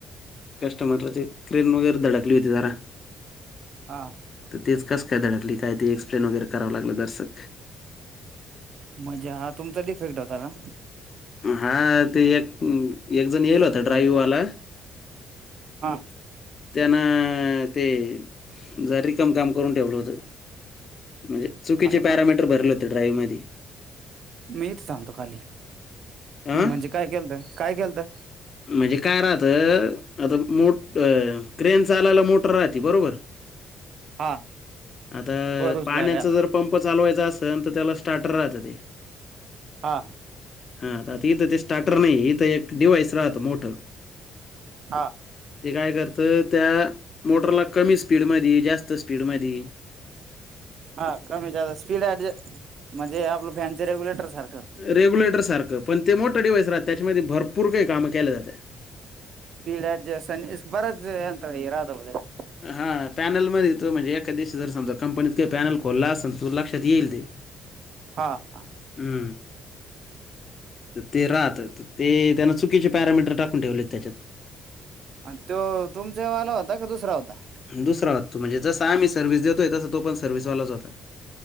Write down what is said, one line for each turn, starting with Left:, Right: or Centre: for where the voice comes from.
Left: कस्टमरला ते क्रेन वगैर धडकली होती जरा
Right: हा.
Left: तर... तेच कसं काय धडकली काय ते... एक्सप्लेन वगैरे करावं लागलं दरसक
Right: म्हणजे... हा तुमचा डिफेक्ट होता का?
Left: हा... तो एक... एक जण... येल होता ड्राईव्हवाला.
Right: हा.
Left: त्यांनं ते जरा रिकामं काम करून ठेवलं होतं.. म्हणजे चुकीचे
Right: हा का
Left: पॅरामीटर भरले होते ड्राईव्ह मध्ये
Right: मी हिथ थांबतो खाली...
Left: अ
Right: म्हणजे काय केेलतं... काय केेलतं?
Left: म्हणजे काय राहतं... आता मो... क्रेन चालायला मोटर राहती... बरोबर
Right: हा
Left: आता
Right: वर उचलायला
Left: पाण्याचं
Right: आला
Left: जर पंप चालवायचा असल... तर त्याला स्टार्टर राहतं ते
Right: हां.
Left: हा... आता इथं ते स्टार्टर नाई... इथं एक डिव्हाइस राहतं मोठं
Right: हा.
Left: ते काय करतं.. त्या मोटरला कमी स्पीडमधी.. जास्त स्पीडमधी
Right: हा... कमी स्पीड ऍडजस्ट... म्हणजे आपलं फॅनच्या रेग्युलेटर सारखं
Left: रेग्युलेटर सारखं... पण ते मोठं डिवाइस राहतं... त्याच्यामध्ये भरपूर काई काम केल्या जात्या.
Right: स्पीड अऍडजस्ट... अन इस... बरच यंत राहतं बरं का
Left: हा... पॅनलमध्ये तो म्हणजे... एखाद दिवशी जर समजा कंपनीत काही पॅनल खोलला असेल तर लक्षात येईल ते
Right: हा हा.
Left: हू. तर ते राहतं... तर ते त्यानं चुकीचे पॅरामीटर टाकून ठेवलेत त्याच्यात
Right: आन तो तुमच्या वाला होता की दुसरा होता?
Left: दुसरा होता... म्हणजे जसं आम्ही सर्व्हस देतोय... तसच तो पण सर्व्हिसवालाच होता.